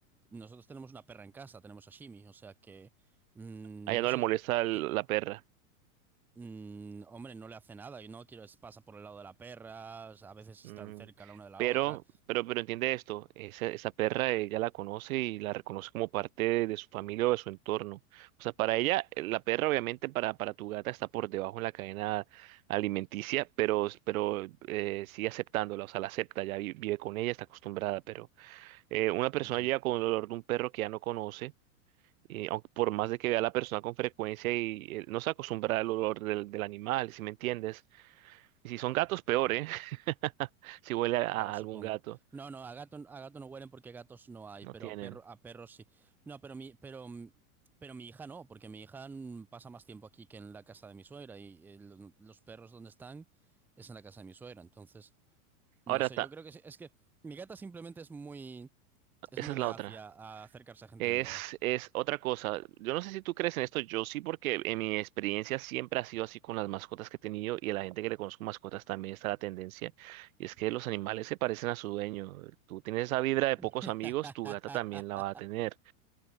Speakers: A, in the centre; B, on the right.
A: Nosotros tenemos una perra en casa, tenemos a Shimi, o sea que mm,
B: a ella
A: no
B: no
A: sé,
B: le molesta el-
A: que,
B: la perra.
A: mm, hombre, no le hace nada y no quiero es- pasa por el lado de la perra, o sea, a veces
B: Mm,
A: están cerca la una de la
B: pero,
A: otra.
B: pero, pero entiende esto, esa, esa perra ella la conoce y la reconoce como parte de, de su familia o de su entorno. O sea, para ella, eh, la perra obviamente para, para tu gata está por debajo en la cadena alimenticia, pero, pero eh, sigue aceptándola, o sea, la acepta, ya vi- vive con ella, está acostumbrada, pero eh, una persona
A: Ujú,
B: llega con el olor de un perro que ya no conoce. Y aunque por más de que vea a la persona con frecuencia y eh, no se acostumbra al olor del, del animal, si me entiendes? Y si son gatos, peor, ¿eh? <laughs> Si huele a,
A: Ya
B: a algún
A: supongo.
B: gato.
A: No, no, a gato, a gato no huelen porque gatos no hay,
B: No
A: pero
B: tienen.
A: a perro, a perros sí. No, pero mi, pero, mm, pero mi hija no, porque mi hija mm, pasa más tiempo aquí que en la casa de mi suegra y eh, lo- los perros donde están es en la casa de mi suegra, entonces no
B: Ahora,
A: sé,
B: ta-
A: yo creo que sí, es que mi gata simplemente es muy es
B: esa
A: muy
B: es
A: reacia
B: la otra.
A: a acercarse a gente
B: Es,
A: nueva.
B: es otra cosa. Yo no sé si tú crees en esto, yo sí, porque en mi experiencia siempre ha sido así con las mascotas que he tenido y a la gente que le conozco mascotas también está la tendencia. Y es que los animales se parecen a su dueño. Tú tienes esa vibra de pocos
A: <laughs>
B: amigos, tu gata también la va a tener.